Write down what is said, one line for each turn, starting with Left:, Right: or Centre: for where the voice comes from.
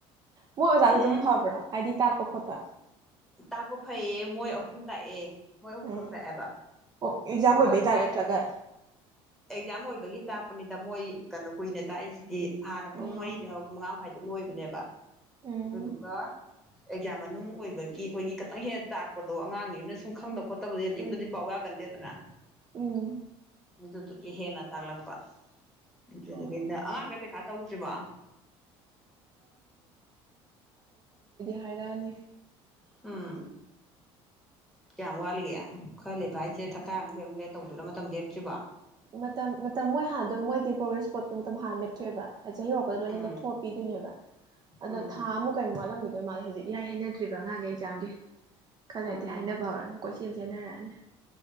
Right: ꯃꯣꯏ ꯑꯣꯖꯥꯗ
Centre: ꯎꯝ
Right: ꯑꯗꯨꯝ ꯐꯕ꯭ꯔꯥ ꯍꯥꯏꯗꯤ ꯇꯥꯛ ꯑꯣꯈꯣꯇ
Centre: ꯇꯥꯛꯄ ꯐꯩꯌꯦ ꯃꯣꯏ ꯑꯍꯨꯝ ꯇꯥꯛꯑꯦ ꯃꯣꯏ ꯑꯍꯨꯝ
Right: ꯎꯝ
Centre: ꯈꯛꯇꯥꯛꯑꯦꯕ
Right: ꯑꯣ ꯑꯦꯛꯖꯥꯝ
Centre: ꯑꯗ
Right: ꯑꯣꯏꯕꯩ
Centre: ꯃꯣꯏ
Right: ꯇꯥꯔꯦ ꯅꯠꯇ꯭ꯔꯒ
Centre: ꯑꯦꯛꯖꯥꯝ ꯑꯣꯏꯕꯒꯤ ꯇꯥꯛꯄꯅꯤꯗ ꯃꯣꯏ ꯀꯩꯅꯣ ꯀꯨꯏꯅ ꯇꯥꯛꯏꯁꯤꯗꯤ ꯍꯥꯟꯅ ꯄꯨꯡ
Right: ꯑꯣ
Centre: ꯃꯔꯤꯗꯩ ꯍꯧꯔꯒ ꯃꯉꯥ ꯃꯈꯥꯏꯗ ꯂꯣꯏꯕꯅꯦꯕ
Right: ꯎꯝ
Centre: ꯑꯗꯨꯗꯨꯒ ꯑꯦꯛꯖꯥꯝ ꯃꯅꯨꯡ ꯑꯣꯏꯕꯒꯤ ꯑꯩꯈꯣꯏꯒꯤ ꯈꯤꯇꯪ ꯍꯦꯟꯅ ꯇꯥꯛꯄꯗꯣ ꯑꯉꯥꯡꯅꯤꯅ ꯁꯨꯝ ꯈꯪꯗꯕ ꯈꯣꯠꯇꯕ ꯌꯨꯝꯗꯗꯤ ꯄꯥꯎ ꯌꯥꯒꯟꯗꯦꯗꯅ
Right: ꯎꯝ
Centre: ꯗꯨꯗꯨꯒꯤ ꯍꯦꯟꯅ ꯇꯥꯂꯛꯄ ꯑꯗꯨꯗꯨꯒꯤꯟꯗ
Right: ꯑꯣ
Centre: ꯑꯉꯥꯡꯒꯩ ꯄꯩ ꯇꯧꯗ꯭ꯔꯤꯕꯣ
Right: ꯍꯥꯏꯔꯅꯤ
Centre: ꯎꯝ ꯀꯌꯥꯝ ꯋꯥꯠꯂꯤꯒꯦ ꯈꯔ ꯂꯩꯕ ꯍꯥꯏꯁꯦ ꯊꯛꯈꯥꯏ ꯑꯃꯨꯛꯀꯩꯃꯨꯛ ꯂꯩꯔ ꯇꯧꯗꯣꯏꯔꯣ ꯃꯇꯝ ꯂꯦꯞꯇ꯭ꯔꯤꯕꯣ
Right: ꯃꯇꯝ ꯃꯇꯝ ꯃꯣꯏ ꯍꯥꯟꯅ ꯑꯗꯨꯝ ꯃꯣꯏꯗꯤ ꯄ꯭ꯔꯣꯒ꯭ꯔꯦꯁ ꯁꯄꯣꯠꯇ ꯃꯇꯝ ꯍꯥꯟꯅ ꯂꯦꯞꯊꯣꯛꯑꯦꯕ ꯆꯍꯤ ꯌꯔꯛꯄꯗ ꯂꯣꯏꯅ
Centre: ꯎꯝ
Right: ꯂꯦꯞꯊꯣꯛꯑꯄꯤꯗꯣꯏꯅꯦꯕ ꯑꯗꯣ
Centre: ꯎꯝ
Right: ꯊꯥ ꯑꯃꯨꯛ ꯀꯩꯛ ꯃꯥꯜꯂꯝꯒꯦ ꯑꯗꯨ ꯃꯥꯜꯂ ꯍꯧꯖꯤꯛ ꯏꯏ ꯍꯩꯅꯗ꯭ꯔꯤꯕ꯭ꯔ ꯑꯉꯥꯡꯒꯤ ꯑꯦꯛꯖꯥꯝꯒꯤ ꯈꯜꯂꯗꯤ
Centre: ꯎꯝ
Right: ꯍꯥꯏꯅꯕ ꯍꯧꯔꯅꯤ ꯀꯣꯏꯁꯤ ꯆꯦꯡꯖꯤꯦꯟꯅꯔꯛꯑꯅꯤ